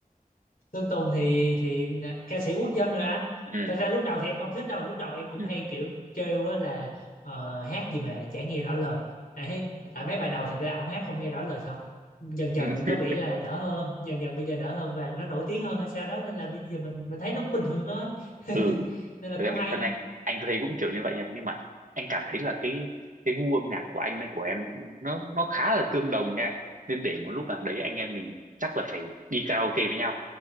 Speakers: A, on the left; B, on the right.
A: Sơn Tùng thì thì ca sĩ quốc dân rồi anh
B: ừ
A: thật ra lúc đầu thì em không thích đâu lúc đầu em cũng
B: ừ
A: hay kiểu trêu á là ờ, hát gì mà chả nghe rõ lời Đấy, tại mấy bài đầu thật ra ổng hát không nghe rõ lời thật dần dần
B: <laughs>
A: thì có
B: ừ
A: vẻ là đỡ hơn dần dần bây giờ đỡ hơn và nó nổi tiếng hơn hay sao đó nên là bây giờ mình mình thấy nó cũng bình thường thôi <laughs>
B: ừ
A: nên là
B: Thật
A: cũng
B: ra bản
A: hay
B: thân anh anh thấy cũng kiểu như vậy nha nhưng mà anh cảm thấy là cái cái gu âm nhạc của anh với của em nó nó khá là tương đồng nha nên để một lúc nào đấy anh em mình chắc là phải đi karaoke với nhau